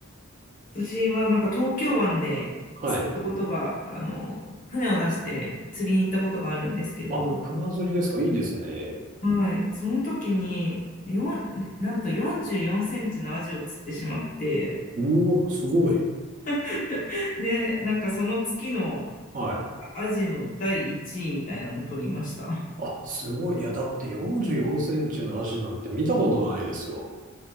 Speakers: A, on the left; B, on the right.
A: 私はなんか東京湾で釣ったことが、
B: はい。
A: あの、船を出して釣りに行ったことがあるんですけど、
B: あ、船釣りですかいいですね。
A: はい。その時に、よん、ねなんと44センチのアジを釣ってしまって、
B: うお、すごい。
A: <laughs> で、なんかその月の
B: はい。
A: アジの第1位みたいなのを取りました。
B: あ、すごい。いや、だって44センチの足なんて見たことないですよ。